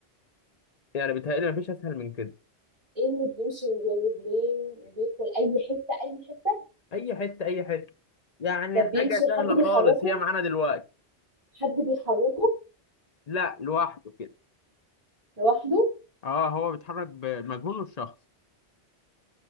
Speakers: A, on the left (about 40°); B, on the right (about 35°).
A: يعني بيتهيألي مفيش اسهل من كده
B: ايه اللي بيمشي من غير رجلين بيدخل اي حته اي حته
A: اي حته اي حته يعني
B: ده بيمشي
A: حاجه سهله
B: حد بيحركه
A: خالص هي معانا دلوقتي
B: حد بيحركه
A: لا لوحده كده
B: لوحده
A: اه هو بيتحرك بمجهوده الشخص